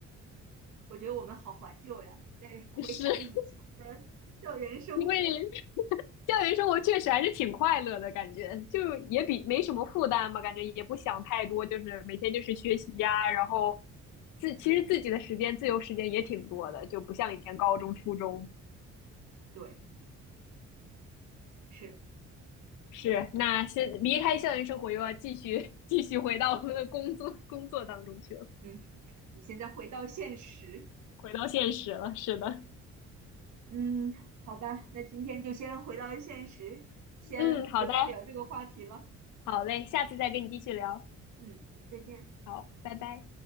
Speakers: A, on the right; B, on the left.
A: 我觉得我们好怀旧呀，在回想以前的校园生活，
B: <laughs> 是，因为校园 <laughs> 生活确实还是挺快乐的感觉，就也比没什么负担吧，感觉也不想太多，就是每天就是学习呀，然后自其实自己的时间自由时间也挺多的，就不像以前高中、初中。
A: 对。是，
B: 是，那先离开校园生活，又要继续 <laughs> 继续回到我们的工作工作当中去了，
A: 嗯，我们现在回到现实，
B: 回到现实了。是的，
A: 嗯，好吧，那今天就先回到现实，先不再聊这个话题了，
B: 嗯，好的，好嘞，下次再跟你继续聊。
A: 嗯，再见。
B: 好，拜拜。